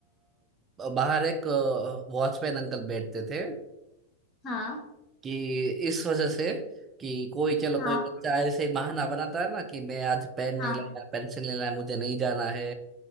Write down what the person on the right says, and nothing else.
अ, बाहर एक वॉचमैन अंकल बैठते थे
कि इस वजह से कि कोई चलो
कोई बच्चा ऐसे बहाना बनाता है ना कि मैं आज पेन नहीं
लाया पेंसिल नहीं लाया मुझे नहीं जाना है